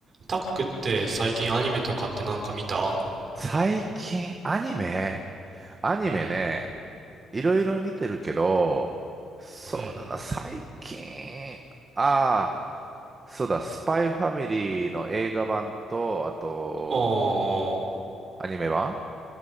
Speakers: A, on the right; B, on the right.
A: タックって最近アニメとかってなんか見た
B: 最近、アニメアニメね、
A: うん。
B: いろいろ見てるけど、そうだな、
A: うん。
B: 最近、ああ、そうだ、スパイファミリーの映画版と、あと、
A: ああ。
B: アニメ版